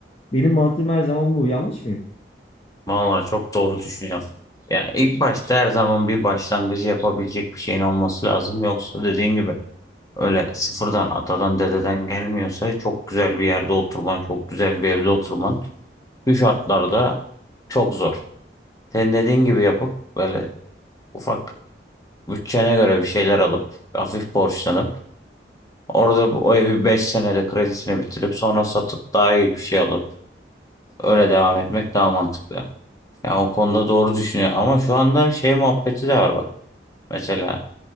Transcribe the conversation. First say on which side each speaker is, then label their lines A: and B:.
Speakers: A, on the left; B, on the left.
A: Benim mantığım her zaman bu. Yanlış mıyım?
B: Vallahi çok doğru düşünüyorsun. Ya ilk başta her zaman bir başlangıcı yapabilecek bir şeyin olması lazım. Yoksa dediğin gibi Öyle sıfırdan atadan dededen gelmiyorsa çok güzel bir yerde oturman, çok güzel bir evde oturman bu şartlarda çok zor. Senin dediğin gibi yapıp böyle ufak bütçene göre bir şeyler alıp hafif borçlanıp orada bu- o evi 5 senede kredisini bitirip sonra satıp daha iyi bir şey alıp öyle devam etmek daha mantıklı. Ya o konuda doğru düşünüyor ama şu anda şey muhabbeti de var bak. Mesela